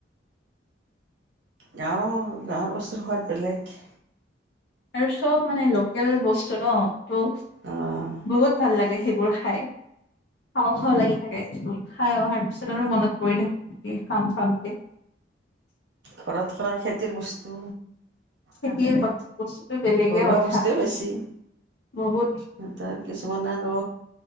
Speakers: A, on the right; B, on the left.
A: গাওঁৰ- গাওঁৰ বস্তুৰ সোৱাদ বেলেগ।
B: আৰু চব মানে লোকেল বস্তু ন। অ
A: অ'
B: বহুত ভাল লাগে। এ সেইবোৰ খাই খাওঁ খাওঁ লাগি থাকে। খাই অহাৰ পিছত আৰু মনত পৰি থাকে খাম খামকে।
A: ঘৰত কৰা খেতিৰ বস্তু।
B: খেতিৰ
A: তাকে।
B: বস্তুটো বেলেগে
A: ঘৰুৱা
B: কথা
A: বস্তুৱে বেছি
B: বহুত
A: সিহঁতৰ। কিছুমান আৰু